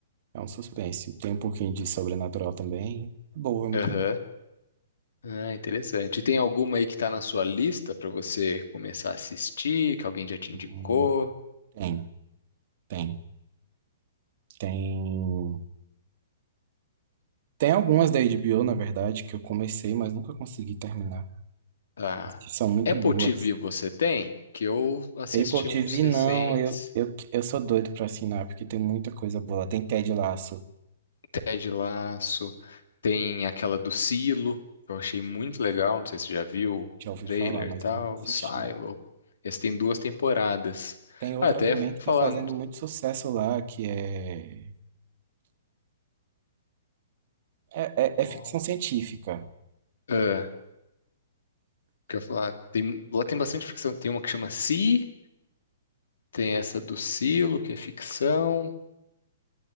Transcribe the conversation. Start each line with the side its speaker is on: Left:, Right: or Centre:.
Right: É um suspense. Tem um pouquinho de sobrenatural também. É Boa, é muito
Left: Aham. Ah, interessante. E tem alguma aí que tá na sua lista pra você começar a assistir, que alguém já te
Right: boa.
Left: indicou?
Right: Tem, tem. Tem. Tem algumas da HBO, na verdade, que eu comecei, mas nunca consegui terminar,
Left: Ah,
Right: que são muito
Left: Apple
Right: boas.
Left: TV você tem? Que eu assisti
Right: Apple TV,
Left: uns recentes,
Right: não, eu, eu, eu sou doido pra assinar, porque tem muita coisa boa. Tem Ted Lasso,
Left: Ted Lasso, tem aquela do Silo, que eu achei muito legal, não sei se você já viu, o
Right: já ouvi
Left: trailer
Right: falar, mas
Left: e tal,
Right: nunca assisti.
Left: o Silo. Esse tem duas temporadas.
Right: Tem outra
Left: Ah, até
Right: também que
Left: falar,
Right: tá fazendo muito sucesso lá, que é, é, é,
Left: qual-
Right: é ficção científica.
Left: ah, quer falar, tem, lá tem bastante ficção, tem uma que chama Si, tem essa do Silo, que é ficção,